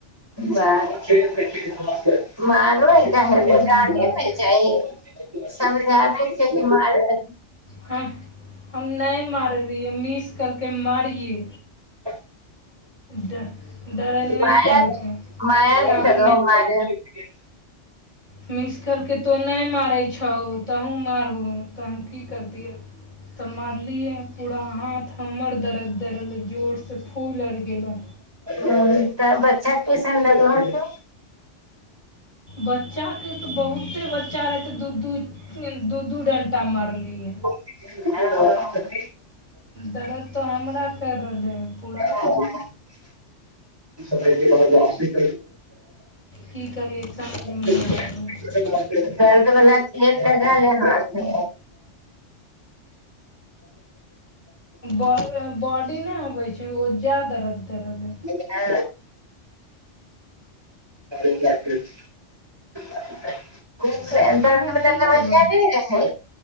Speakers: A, on the right (about 20°); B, on the left (about 40°).
A: <unintelligible>
B: फूलि गेलनि
A: <unintelligible>
B: हाथ ह हम नहि मारलहि मिस कलक मारिये
A: <inaudible>
B: ड- डरै लए नहि
A: माया
B: कहलकै
A: माया
B: कि
A: नहि
B: आप
A: लग मारैत <unintelligible>
B: मिसकल के तो नहि मारै छौ तहूँ मारहो तऽ हम की करतियै तऽ मारलियै पूरा हाथ हमर दर्द दर्द जोरसँ फूल आर गेलै
A: ह तऽ बच्चा केसन लगत हो
B: बच्चाके तऽ बहुते बच्चा रहै तऽ दू दू दू दू डणटा मारलियै
A: <unintelligible>
B: दरद तऽ हमरा कैर रहलै ह
A: <unintelligible>
B: की करियै समझमे
A: तू
B: नहि आबयै
A: दर्द बला तेल लगा ले हाथ मे
B: बॉडी नहि अबै छै ओजा दर्द रहले
A: ए <unintelligible>
B: तब खाना
A: दर्द वला
B: की
A: दबा
B: बनलौ
A: ज्यादे रहै